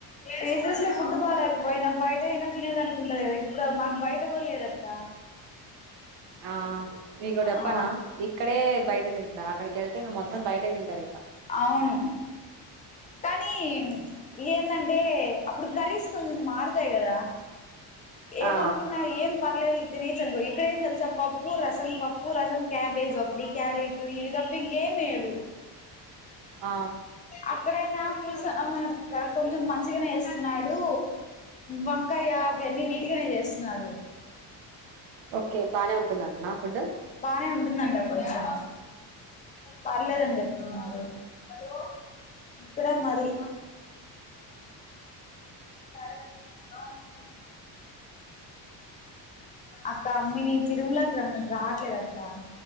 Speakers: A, on the left; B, on the right.
A: పిజి లో ఫుడ్ బాగాలేకపోయినా బయట అయినా తినేకి ఉంటది కదా ఇప్పుడు మాకు బయట కూడా లేదక్క
B: ఆ మీకు ఒకటి చెప్పనా
A: ఆ
B: ఇక్కడే బయట తింటున్నా అక్కడికి వెళ్తే మొత్తం బయట తింటరు ఇక
A: అవును కానీ ఎందంటే అప్పుడు కర్రీస్ కొంచెం మారుతాయి కదా ఏమనుకున్నా
B: ఆ
A: ఏం పర్లేదు తినచంకో ఇక్కడ ఏం తెలుసా పప్పు రసం పప్పు రసం క్యాబేజ్ ఒకటి క్యారెట్ ఇవి తప్ప ఇంకేమేయడు
B: ఆ
A: అక్కడైనా పులసమ్ కొంచెం మంచిగానే వేస్తున్నాడు వంకాయ అవి అన్నీ నీటికనే చేస్ న్నారు
B: ఓకే ఓకే బాగానే ఉంటుందంటాన ఫుడ్
A: నే ఉంటుందట కొంచం పర్లేదని చెప్తున్నారు హలో ఇక్కడే మరి సారే ఆ స అక్క అమ్మని తిరుమల రమ్మంట రావట్లేదప్పా